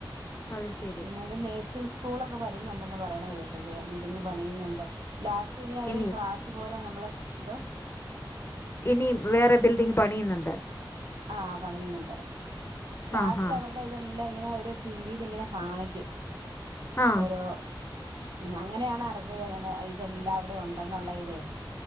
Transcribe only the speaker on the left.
അത് ശ
ഇനിയും
ഇനിം വേറെ ബിൽഡിംഗ് പണിയുന്നുണ്ട്.
ആഹാ.
ആ.